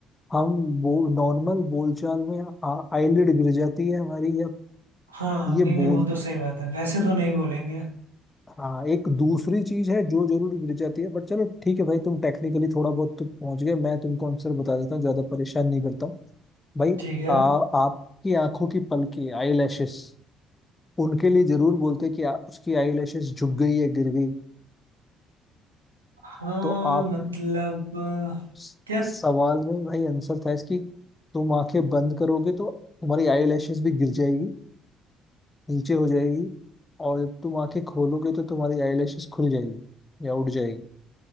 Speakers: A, on the left (about 25°); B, on the right (about 85°).
A: हम बो, नॉर्मल बोलचाल में आईलिड गिर जाती है हमारी या
B: हाँ
A: ये
B: नहीं नहीं
A: बोलते
B: वो तो सही बात है वैसे तो नहीं बोलेंगे
A: हाँ एक दूसरी चीज है जो जरूर गिर जाती है बट चलो ठीक है भाई तुम टेक्निकली थोड़ा बहुत तो पहुंच गए मैं तुमको आंसर बता देता हूँ ज्यादा परेशान नहीं करता हूँ भाई
B: ठीक है
A: आ, आपकी आंखों की पलके आई लैशेस उनके लिए जरूर बोलते कि आ, उसकी आई लैशेस झुक गई है गिर गई
B: हाँ
A: तो आप
B: मतलब अ,
A: स-
B: क्या
A: सवाल में भाई आंसर था इसकी तुम आंखें बंद करोगे तो तुम्हारी आई लैशेस भी गिर जाएगी नीचे हो जाएगी और जब तुम आंखें खोलोगे तो तुम्हारी आई लैशेस खुल जाएगी या उड़ जाएगी